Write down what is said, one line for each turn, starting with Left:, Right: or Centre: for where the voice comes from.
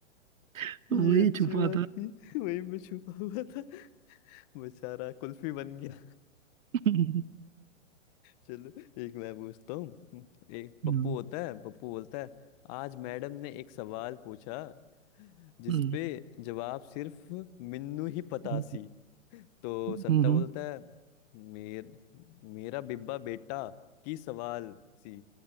Right: तो
Left: ये
Right: वही
Left: अच्छी
Right: छुपा
Left: बात
Right: था
Left: की वहीं पे छुपा हुआ था बेचारा कुल्फी बन गया
Right: <laughs> हम्म
Left: चलो एक मैं पूछता हूँ एक पप्पू
Right: हम्म
Left: होता है पप्पू बोलता है आज मैडम ने एक सवाल पूछा जिसपे
Right: हम्म
Left: जवाब सिर्फ मिन्नू ही पता
Right: हम्म,
Left: सी तो
Right: हम्म,
Left: संता
Right: हम्म।
Left: बोलता है मेर, मेरा बिब्बा बेटा की सवाल सी